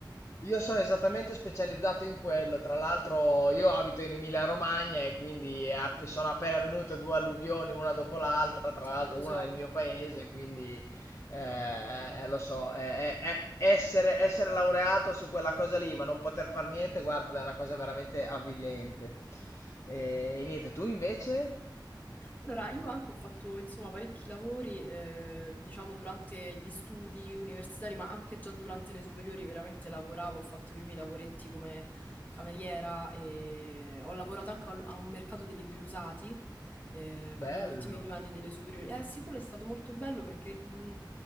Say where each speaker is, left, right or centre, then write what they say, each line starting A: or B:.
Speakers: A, on the left; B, on the left.
A: io sono esattamente specializzato in quello. Tra l'altro, io abito in Emilia-Romagna e quindi è app- sono appena venute due alluvioni una dopo l'altra. Tra l'altro,
B: Eh, lo
A: una
B: so.
A: nel mio paese, quindi eh, eh, lo so. eh, eh, eh, essere, essere laureato su quella cosa lì, ma non poter fare niente, guarda, è una cosa veramente avvilente. E, e niente, tu invece?
B: Allora, io anche ho fatto, insomma, parecchi lavori, eh, diciamo, durante gli studi universitari, ma anche già durante le superiori veramente lavoravo, ho fatto i primi lavoretti come cameriera e ho lavorato anche al- a un mercato dei libri usati, eh,
A: Bello,
B: proprio gli ultimi due anni delle superiori. Eh sì, quello è stato molto bello perché, mh,